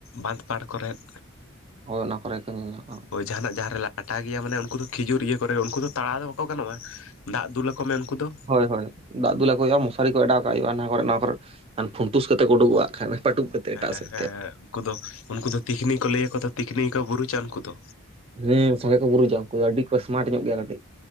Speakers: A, on the left; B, on the right.
A: ᱵᱟᱸᱫᱷᱯᱟᱲ ᱠᱚᱨᱮᱫ
B: ᱦᱳᱭ ᱚᱱᱟ ᱠᱚᱨᱮ ᱠᱚ ᱧᱮᱧᱟᱢᱟ
A: ᱦᱳᱭ ᱡᱟᱦᱟᱱᱟᱜ ᱡᱟᱦᱟᱨᱮ ᱞᱟᱜ ᱠᱟᱴᱟ ᱜᱮᱭᱟ ᱢᱟᱱᱮ ᱩᱱᱠᱩ ᱫᱚ ᱠᱷᱤᱡᱩᱨ ᱤᱭᱟᱹ ᱠᱚᱨᱮ ᱩᱱᱠᱩ ᱫᱚ ᱛᱟᱲᱟᱣ ᱫᱚ ᱵᱟᱠᱚ ᱜᱟᱱᱚᱜᱼᱟ ᱫᱟᱜ ᱫᱩᱞ ᱟᱠᱚ ᱢᱮ ᱩᱱᱠᱩ ᱫᱚ
B: ᱦᱳᱭ ᱦᱳᱭ ᱫᱟᱜ ᱫᱩᱞ ᱟᱠᱚ ᱦᱩᱭᱩᱜᱼᱟ ᱢᱚᱥᱟᱨᱤ ᱠᱚ ᱚᱰᱟᱣ ᱠᱟᱜ ᱦᱩᱭᱩᱜᱼᱟ ᱦᱟᱱᱟ ᱠᱚᱨᱮ ᱱᱟᱣᱟ ᱠᱚᱨᱮ ᱯᱷᱩᱴᱩᱥ ᱠᱟᱛᱮ ᱩᱰᱳᱚᱜ-ᱟ ᱟᱠᱷᱟᱱ ᱯᱟᱹᱴᱩᱵ ᱠᱟᱛᱮ
A: ᱦᱮ
B: ᱮᱴᱟᱜ ᱥᱮᱫ
A: ᱦᱮ
B: ᱛᱮ
A: ᱩᱱᱠᱩ ᱫᱚ ᱩᱱᱠᱩ ᱫᱚ ᱛᱤᱠᱱᱤ ᱠᱚ ᱞᱟᱹᱭ ᱟᱠᱚ ᱛᱤᱠᱱᱤ ᱠᱚ ᱵᱩᱨᱩᱪᱟ ᱩᱱᱠᱩ ᱫᱚ
B: ᱦᱮ ᱥᱚᱸᱜᱮ ᱠᱚ ᱵᱩᱨᱩᱪᱟ ᱩᱱᱠᱩ ᱫᱚ ᱟᱹᱰᱤ ᱠᱚ ᱤᱥᱢᱟᱴ ᱧᱚᱜ ᱜᱮᱭᱟ ᱠᱟᱹᱴᱤᱡ